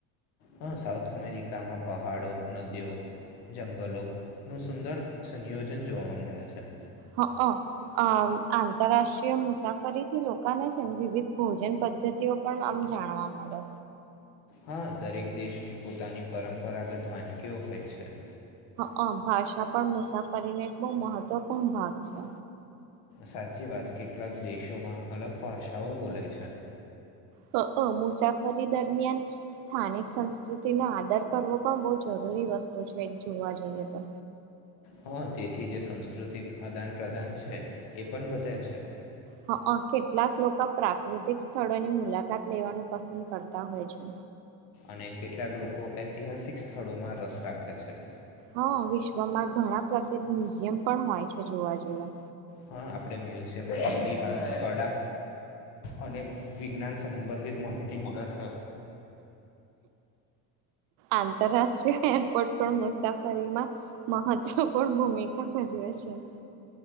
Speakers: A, on the left (about 75°); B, on the right (about 70°).
A: હા સાઉથ અમેરિકામાં પહાડો, નદીઓ, જંગલો નું સુંદર સંયોજન જોવા મળે છે.
B: હઅ આંતરરાષ્ટ્રીય મુસાફ ફરીથી લોકોને છે વિવિધ ભોજન પદ્ધતિઓ પણ આમ જાણવા મળે.
A: હા દરેક દેશની પોતાની પરંપરાગત વાનગીઓ હોય છે.
B: હઅ ભાષા પણ મુસાફરી ને એક બહુ મહત્વ મહત્વપૂર્ણ ભાગ છે.
A: સાચી વાત કેટલાક દેશોમાં અલગ ભાષાઓ બોલાય છે.
B: હ અ મુસાફરી દરમિયાન, સ્થાનિક સંસ્કૃતિનો આદર કરવો પણ બહુ જરૂરી વસ્તુ છે જોવા જઈએ તો.
A: હા તેથી જે સંસ્કૃતિક આદાન પ્રદાન છે, એ પણ વધે છે.
B: હ અ કેટલાક લોકો પ્રાકૃતિક સ્થળોની મુલાકાત લેવાનું પસંદ કરતા હોય છે.
A: અને કેટલાક લોકો ઐતિહાસિક સ્થળોમાં રસ રાખે છે.
B: હા વિશ્વમાં ઘણા પ્રસિદ્ધ મ્યુઝિયમ પણ હોય છે જોવા જેવા.
A: હા આપ મ્યુઝિયમ ઇતિહાસ કળા, અને વિજ્ઞાન સંબંધિત માહિતી મળે છે.
B: આંતરરાષ્ટ્રીય એરપોર્ટ પણ મુસાફરીમાં, મહત્વપૂર્ણ ભૂમિકા ભજવે છે.